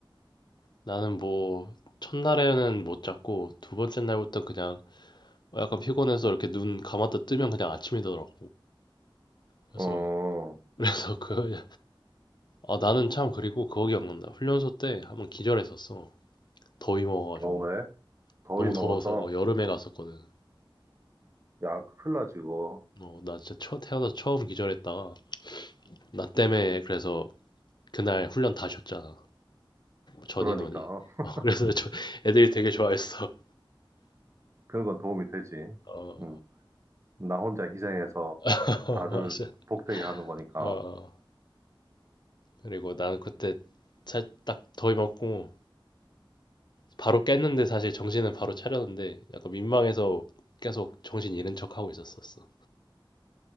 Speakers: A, on the left; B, on the right.
A: 나는 뭐, 첫날에는 못 잤고, 두 번째 날부터 그냥 약간 피곤해서 이렇게 눈 감았다 뜨면 그냥 아침이더라고. 그래서,
B: 어
A: <laughs> 그래서 그 아, 나는 참 그리고 그거 기억난다. 훈련소 때 한번 기절했었어. 더위 먹어가지고.
B: 어 왜 더위
A: 너무
B: 먹어서
A: 더워서 어, 여름에 갔었거든.
B: 약 큰일 나 지고
A: 어, 나 진짜 처- 태어나서 처음 기절했다가 나 때문에 그래서 그날 훈련 다 쉬었잖아. 전
B: 그러니까
A: 인원이.
B: 어,
A: 어, <laughs> 그래서 저- 애들이 되게 좋아했어.
B: 그런 건 도움이 되지
A: 어,
B: 음나 혼자 희생해서
A: <laughs>
B: 다들
A: 맞아.
B: 복되게 하는 거니까
A: 어, 그리고 나는 그때 살- 딱 더위 먹고 바로 깼는데 사실 정신은 바로 차렸는데 약간 민망해서 계속 정신 잃은 척 하고 있었었어.